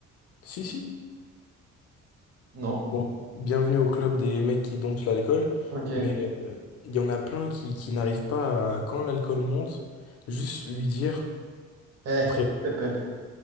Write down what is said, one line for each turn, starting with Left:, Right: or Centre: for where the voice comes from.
Left: Si, si.
Right: non.
Left: Bon, bienvenue au club des mecs qui domptent l'alcool,
Right: Ok.
Left: mais euh, il y en a plein qui, qui n'arrivent pas à, quand l'alcool monte, juste lui dire,
Right: Eh,
Left: frère,
Right: pep, pep.